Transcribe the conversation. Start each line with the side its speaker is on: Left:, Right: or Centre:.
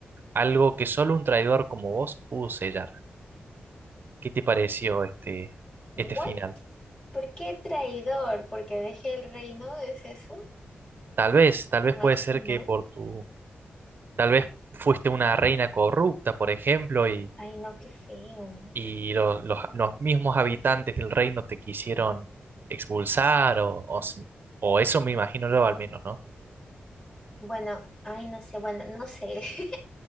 Right: algo que solo un traidor como vos pudo sellar. ¿Qué te pareció este,
Left: ¿What?
Right: este final?
Left: ¿Por qué traidor? ¿Porque dejé el reino? ¿Es eso?
Right: Tal vez, tal
Left: Imagino.
Right: vez puede ser que por tu, tal vez fuiste una reina corrupta, por ejemplo, y,
Left: Ay, no, qué feo.
Right: y lo- los, los mismos habitantes del reino te quisieron expulsar, o, o, s- o eso me imagino yo al menos, ¿no?
Left: Bueno, ay, no sé, bueno, no sé, <laughs>